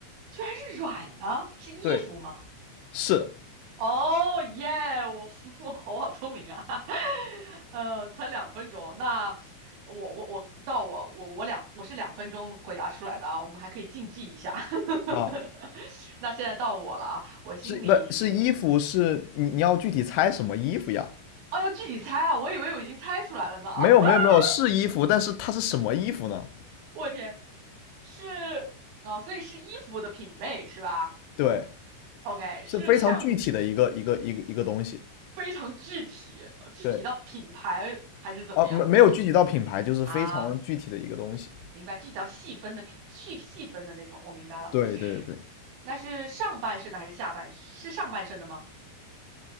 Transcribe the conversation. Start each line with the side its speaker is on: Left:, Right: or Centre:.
Right: 居然是软的，是衣服吗？
Left: 对，是
Right: 哦耶！我 <laughs> 我好聪明啊，<laughs> 呃，才两分钟。那我我我到我我我两我是两分钟回答出来的啊，我们还可以竞技一下。<laughs>
Left: 啊，
Right: 那现在到我了啊，我心里，
Left: 是不，是衣服？是你你要具体猜什么衣服呀？
Right: 哦，要具体猜啊，我以为我已经猜出来了呢。<laughs>
Left: 没有没有没有，是衣服，但是它是什么衣服呢？
Right: 我天，是哦，所以是衣服的品类是吧
Left: 对，
Right: ？OK，
Left: 是非常具体的一个一个一个一个东西。
Right: 是上非常具体，具体到品牌还是怎么样？
Left: 对啊，没没有具体到品牌，
Right: 就具
Left: 就是非常具体的一个东西。
Right: 啊。明白，这叫细分的品，细细分的那种，我明白了。
Left: 对对对
Right: 那是上半身的还是下半？是上半身的吗？